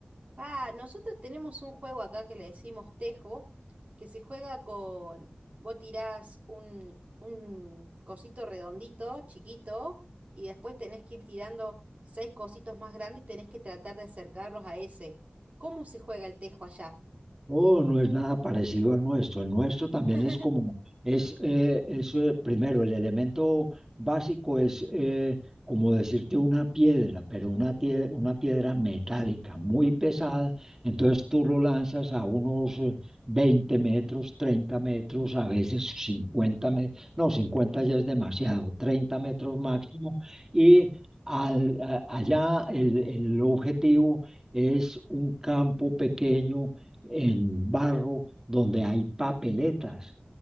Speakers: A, on the right (about 45°); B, on the right (about 15°).
A: Ah, nosotros tenemos un juego acá que le decimos tejo, que se juega con, vos tirás un, un cosito redondito, chiquito, y después tenés que ir tirando seis cositos más grandes y tenés que tratar de acercarlos a ese. ¿Cómo se juega el tejo allá?
B: Oh, no es nada parecido al nuestro. El nuestro también
A: <laughs>
B: es como, es, eh, es, eh, primero, el elemento básico es eh, como decirte una piedra, pero una, tie- una piedra metálica muy pesada. Entonces tú lo lanzas a unos eh, 20 metros, 30 metros, a veces 50 metros, no, 50 ya es demasiado, 30 metros máximo. Y al- a- allá el el objetivo es un campo pequeño en barro, donde hay papeletas.